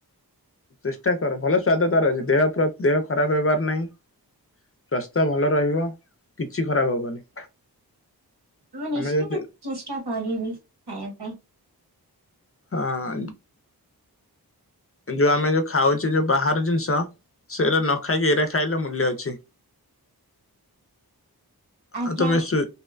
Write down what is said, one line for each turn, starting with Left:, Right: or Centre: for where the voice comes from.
Left: ଚେଷ୍ଟା କର ଭଲ ସ୍ଵାଦତାର ଅଛି ଦେହ ଦେହ ଖରାପ ହେବାର ନାଇଁ। ସ୍ୱାସ୍ଥ୍ୟ ଭଲ ରହିବ କିଛି ଖରାପ ହବନି।
Right: ମୁଁ ନିଶ୍ଚିତ
Left: ଆମେ ଯଦି
Right: ଚେଷ୍ଟା କରିବି ଖାଇବା ପାଇଁ।
Left: ହଁ ଯୋଉ ଆମେ ଯୋଉ ଖାଉଛେ ଯୋଉ ବାହାର ଜିନିଷ ସେରା ନ ଖାଇକି ଏରା ଖାଇଲେ ମୂଲ୍ୟ ଅଛି।
Right: ଆଜ୍ଞା
Left: ଆଉ ତମେ ସୁ